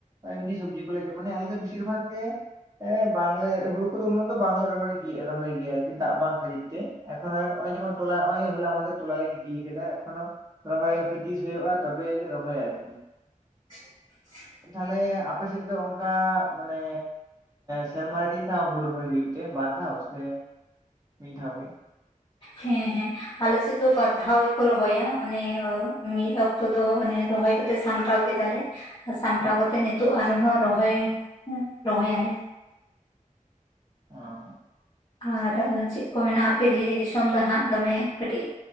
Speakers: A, on the right; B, on the left.
A: ᱮᱢᱱᱤ ᱥᱚᱵᱡᱤ ᱠᱚ ᱞᱮ ᱢᱟᱱᱮ ᱟᱞᱮ ᱫᱚ ᱵᱤᱥᱤᱨ ᱵᱷᱟᱜᱽ ᱜᱮ ᱮᱸ ᱵᱟᱝᱞᱮ ᱦᱩᱲᱩ ᱠᱚᱫᱚ ᱩᱱᱟᱹᱜ ᱫᱚ ᱵᱟᱝᱞᱮ ᱨᱚᱦᱚᱭ ᱨᱚᱦᱚᱭ ᱜᱮᱭᱟ ᱟᱨᱠᱤ ᱫᱟᱜ ᱵᱟᱝ ᱠᱷᱟᱹᱛᱤᱨ ᱛᱮ ᱮᱠᱷᱚᱱᱳ ᱚ ᱚᱜᱭ ᱡᱚᱢᱚᱱ ᱛᱚᱞᱟ ᱦᱚᱞᱟ ᱛᱳᱞᱟ ᱞᱮ ᱜᱤᱰᱤ ᱠᱟᱫᱟ ᱮᱠᱷᱚᱱᱳ ᱨᱚᱦᱚᱭ ᱦᱟᱯᱮ ᱛᱤᱥ ᱦᱳᱭᱳᱜᱼᱟ ᱛᱚᱵᱮ ᱞᱮ ᱨᱚᱦᱚᱭᱟ ᱟᱨᱠᱤ
B: <unintelligible> <inaudible>
A: ᱛᱟᱦᱞᱮ ᱟᱯᱮ ᱥᱮᱫ ᱫᱚ ᱚᱱᱠᱟ ᱢᱟᱱᱮ ᱥᱮᱨᱢᱟ ᱨᱮ ᱛᱤᱱ ᱫᱷᱟᱣ ᱦᱩᱲᱩ ᱨᱚᱦᱚᱭ ᱦᱩᱭᱩᱜ ᱛᱮ ᱵᱟᱨ ᱫᱷᱟᱣ ᱥᱮ ᱢᱤᱫ ᱫᱷᱟᱣ ᱜᱮ?
B: ᱦᱮᱸ ᱦᱮᱸ ᱟᱞᱮ ᱥᱮᱫ ᱫᱚ ᱵᱟᱨ ᱫᱷᱟᱣ ᱜᱮᱠᱚ ᱨᱚᱦᱚᱭ ᱚᱱᱮ ᱚ ᱢᱤᱫ ᱚᱠᱛᱚ ᱫᱚ ᱚᱱᱮ ᱨᱚᱦᱚᱭ ᱠᱟᱛᱮ ᱥᱟᱢᱴᱟᱣ ᱠᱮᱫᱟ ᱞᱮ ᱥᱟᱢᱴᱟᱣ
A: ᱦᱮᱸ
B: ᱠᱟᱛᱮ ᱱᱤᱛᱚᱜ ᱟᱨᱦᱚᱸ ᱨᱚᱦᱚᱭ ᱨᱚᱦᱚᱭ ᱟᱞᱮ
A: ᱚᱸ
B: ᱟᱨ ᱪᱮᱫ ᱠᱚ ᱢᱮᱱᱟ ᱟᱯᱮ ᱫᱷᱤᱨᱤ ᱫᱤᱥᱚᱢ ᱫᱚ ᱦᱟᱸᱜ ᱫᱚᱢᱮ ᱠᱟᱹᱴᱤᱡ